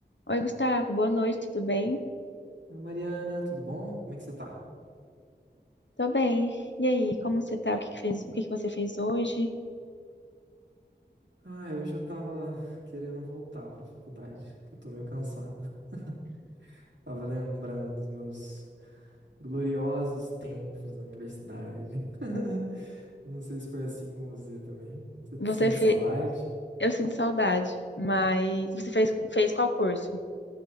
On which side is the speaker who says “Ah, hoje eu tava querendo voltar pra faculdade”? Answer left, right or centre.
Right